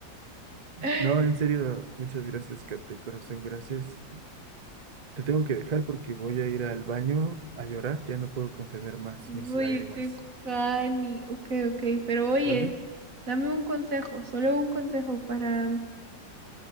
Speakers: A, on the right; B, on the right.
A: <laughs>
B: no, en serio, muchas gracias, Kat, de corazón, gracias. Te tengo que dejar porque voy a ir al baño a llorar. Ya no puedo contener más
A: Uy,
B: mis lágrimas,
A: estoy Juani. Ok, ok. Pero oye,
B: ¿vale?
A: dame un consejo, solo un consejo para.